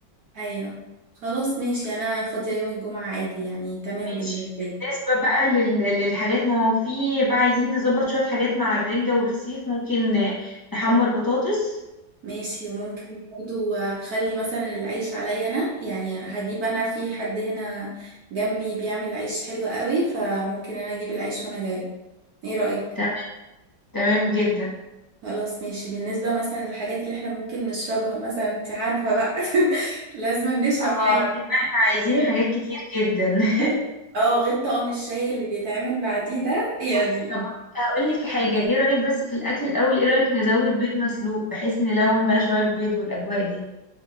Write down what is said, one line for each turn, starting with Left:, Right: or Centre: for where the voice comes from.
Right: ايوه خلاص ماشي انا فاضيه يوم الجمعه عادي يعني تمام
Left: ماشي
Right: بالنسبه لي
Left: بالنسبة بقى لل... للحاجات ما هو في بقى عايزين نظبط شوية حاجات مع الرنجة والفسيخ ممكن آه، نحمر بطاطس
Right: ماشي وممكن برضو اخلي مثلا العيش عليا انا يعني هجيب انا في حد هنا جنبي بيعمل عيش حلو قوي فممكن انا اجيب العيش وانا جاي ايه رأيك
Left: تمام تمام جدا
Right: خلاص ماشي بالنسبة مثلا للحاجات اللي احنا ممكن نشربها مثلا انت عارفة بقى <laughs> لازم نشرب
Left: اه
Right: حاجة
Left: دي بقى احنا عايزين
Right: غير
Left: حاجات كتير جدا <laughs>
Right: غير اه غير طقم الشاي اللي بيتعمل بعديه ده يعني
Left: بس طب هقول لك حاجة ايه رأيك بس في الأكل الأول ايه رأيك نزود بيض مسلوق بحيث نلون بقى شوية بيض والأجواء دي